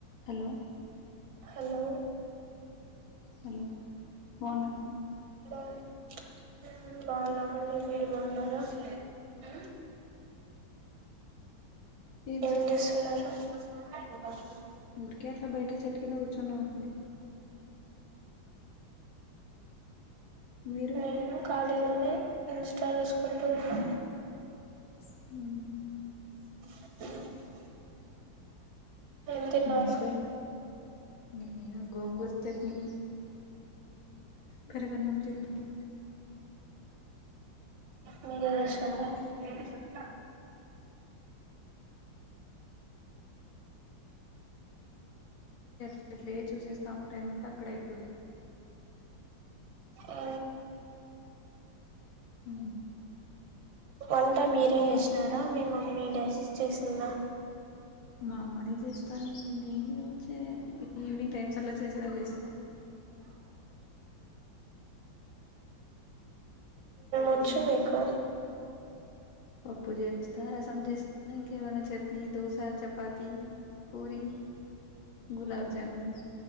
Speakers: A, on the left; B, on the right.
A: Hello
B: hello
A: hello బాగున్నారా
B: బావున్నా ఉమ్ బాగున్నాము మీరు బాగున్నారు ఉమ్
A: ఏం
B: ఎం చేస్తున్నారు. <unintelligible>
A: ముకేట్లా బయట చెట్టు కింద కూచ్చోని అన్న అవునా మీరు
B: ఆ నేను ఖాళీగా ఇన్ స్టాల్ చేసుకుంటూ ఉన్నా
A: అ
B: అ ఏం తిన్నారు
A: ఇన్స్టా నేను గోంగూర చట్నీ పెరుగు అన్నం తన్ను అండి
B: మీకు విషంగా
A: ఎట్ల చూసేస్తాము టైం అంతా అక్కడే పులి
B: ఆ
A: అ
B: వంట మీరే చేసినారా మీ మమ్మీ నా చేసిందా
A: మా అమ్మనే చేస్తానండి నేనే వచ్చే ఈవినింగ్ టైమ్స్ అట్లా చిన్న చి నా చేస్తా
B: వచ్చు
A: ఉమ్
B: మీకు
A: పప్పు చేస్తా రసం చేస్తా ఇంకేమైనా చట్నీ దోశ చపాతి పూరి గులాబ్ జమున్